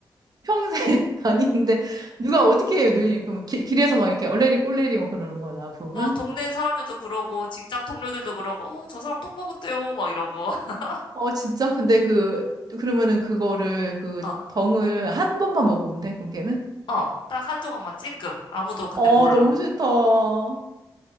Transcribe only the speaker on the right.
평생 <laughs> 아니 근데 누가 어떻게 해요 늘린 그럼 기- 길에서 막 이렇게 얼레리 꼴레리 막 그러는 거야 나 보면
어 진짜 근데 그 그러면은 그거를 그
덩을 한 번만 먹으면 돼 그게는
어
너무 싫다 아